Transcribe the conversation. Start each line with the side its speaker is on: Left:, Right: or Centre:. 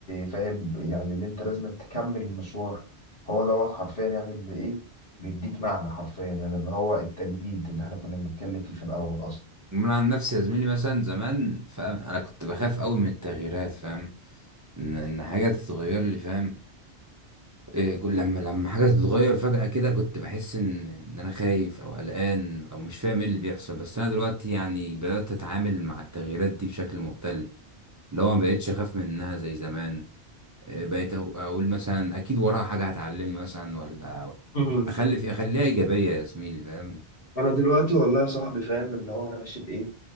Left: فاهم يعني اللي أنت لازما تكمل المشوار هو دوت حرفيا يعني اللي إيه بيديك معنى حرفيا يعني اللي هو التجديد اللي إحنا كنا بنتكلم فيه في الأول
Right: من عن نفسي يا زميلي مثلا زمان فاهم انا كنت بخاف قوي من التغييرات فاهم ان ان حاجة تتغير لي فاهم إيه كل- لما لما حاجة تتغير فجأة كده كنت بحس ان ان انا خايف او قلقان او مش فاهم ايه اللي بيحصل بس انا دلوقتي يعني بدأت اتعامل مع التغييرات دي بشكل مختلف اللي هو ما بقتش اخاف منها زي زمان آه، بقيت أق- اقول مثلا اكيد وراها حاجه هتعلمني مثلا ولا
Left: أصلا
Right: اخلي في اخليها ايجابيه يا زميلي فاهم
Left: انا دلوقتي والله يا صاحبي فاهم اللي هو انا ماشي بايه